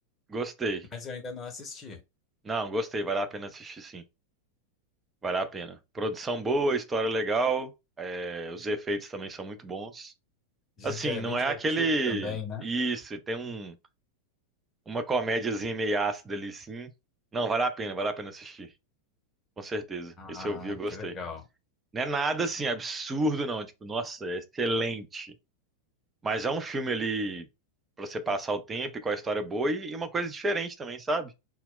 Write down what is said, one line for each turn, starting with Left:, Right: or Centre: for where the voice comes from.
Right: gostei.
Left: mas eu ainda não assisti.
Right: Não, gostei, vale a pena assistir sim. Vale a pena. Produção boa, história legal, é, os efeitos também são muito bons.
Left: Dizem
Right: Assim,
Left: que é
Right: não
Left: bem
Right: é
Left: divertido
Right: aquele.
Left: também, né?
Right: Isso, tem um, uma comédiazinha meio ácida ali sim. Não, vale a pena, vale a pena assistir, com certeza.
Left: Ah,
Right: Esse eu vi, eu gostei.
Left: que legal.
Right: Não é nada assim absurdo, não. Tipo, nossa, é excelente. Mas é um filme ali pra você passar o tempo e com a história boa e, e uma coisa diferente também, sabe?